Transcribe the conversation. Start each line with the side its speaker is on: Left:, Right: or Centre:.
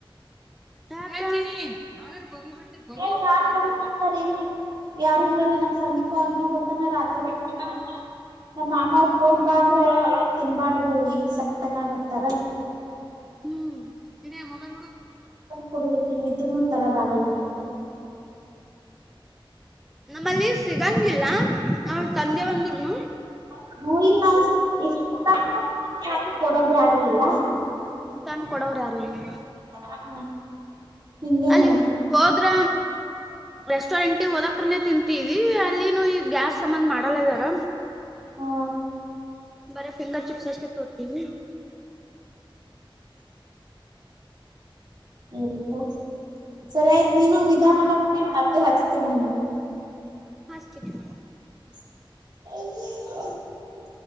Centre: <unintelligible>
Right: ಎಲ್ಲಿ ಯಾರ್ ತಂದ್ ಹಾಕ್ತಾರ ಇಲ್ಲಿ ಯಾರು ಇರಲಿ ನಮ್ ಸಂದೀಪ್ ಅಂಗಲಿ ಹೊತ ನ ರತ್ರಿ ಬ ನ ಮಾಮ ತೋಂಬ ಬಾಧ ರತ ತಿನ್ಬಾರ್ದು ಈ ಚೆನ್ನಾಗತಾರ
Centre: ಹ್ಮ್ ತಿನ್ನೇ ಮೊಬೈಲ್ ಬಿಡು
Right: ಕೊಡ್ಬೇಕ ಇಲ್ಲ ಇದ್ರನು ತರದ ಆಗಲ್ಲ ನಮಗ
Centre: ನಮ್ಮಲ್ಲಿ ಸಿಗಂಗಿಲ್ಲ ನಾವ್ರ ತಂದೆ ಬಂದರುನು
Right: ಹ್ಮ ಇಲ್ಲ ನಾವ ಎಷ್ಟ <unintelligible> ಕೊಡೋರ ಯಾರುೂ ಇಲ್ಲ
Centre: ತನ್ ಕೊಡವರು ಯಾರು ಇ ನಿಮ್ಮ
Right: ಹಾ ಹಿಂಗೆ
Centre: ಅಲ್ಲಿ
Right: ನೋಡ್
Centre: ಹೋದ್ರ ರೆಸ್ಟೋರೆಂಟ ಹೋದಕನೆ ತಿಂತೀವಿ ಅಲ್ಲಿನು ಈ ಗ್ಯಾಸ್ ಸಂಬಂಧ ಮಾಡಲ್ಲ ಇದ್ದಾರ
Right: ಹಾ
Centre: ಬರ ಫಿಂಗರ್ ಚಿಪ್ಸ್ ಅಷ್ಟೇ ತೋತೀವಿ
Right: ಆರಿಪಾ ಸರಿ ಆಯ್ತು ನೀನು ನಿಧಾನಾಗಗ್ತೇನ
Centre: ಹ್ಮ್
Right: ಮತ್ತೆ ಕಟ್ಟೆ ಹಚ್ತೇನಿ ನೀನು
Centre: ಹಾಷ್ಟತ ಹ್ಮ
Right: ಹ